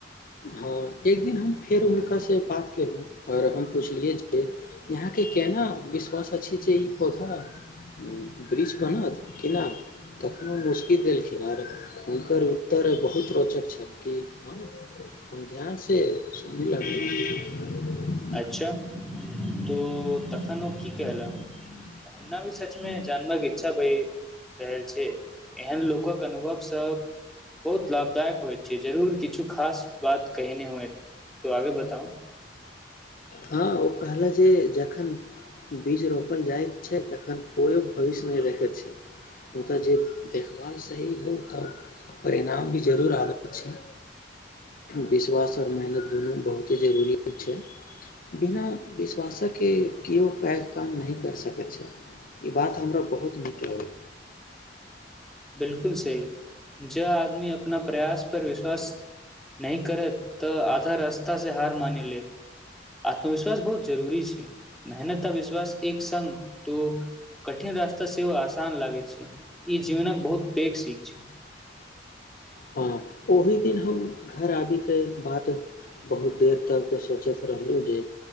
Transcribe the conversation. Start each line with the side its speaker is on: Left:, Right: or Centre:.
Left: हँ एक दिन हम फेर हुनका स बात केलहुँ और हम पुछलियै जे यहाँ केँ केना विश्वास अछि जे ई पौधा उऽ वृक्ष बनत कि ना तखनो मुसकी देलखिन आर हुनकर उत्तर बहुत रोचक छल कि हऽ हम ध्यानसँ सु <unintelligible>
Centre: अच्छा <inaudible> तो तखन ओ की केहला हमना भी सच में जानबा केँ इच्छा भै रहल छै एहन लोकक अनुभव सब बहुत लाभदायक होइ छै जरूर किछु खास बात कहने हुए तऽ आगे बताउ
Left: हँ ओ कहला जे जखन बीज रोपल जाइत छै तखन कोई भविष्य नहि रखैत छै हुनकर जे देखभाल सही हो तऽ परिणाम भी जरूर आबैत छैय। विश्वास आओर मेहनत दुनू बहुते जरूरी छैय बिना विश्वासकेके केओ पैघ काम नहि करि सकैत छैय। ई बात हमरा बहुत नीक लगल
Centre: बिल्कुल सहि जे आदमी अपना प्रयास पर विश्वास नहि करत तऽ आधा रास्ता सऽ हार मान लेत आत्मविश्वास बहुत जरूरी छै मेहनत आ विश्वास एक संग तो कठिन रास्ता सेहो आसान लागैय छै ई जीवनक बहुत पैघ सीख छै
Left: हँ ओहि दिन हम घर आबि कऽ बात बहुत देर तक सोचैत रहलहुँ जे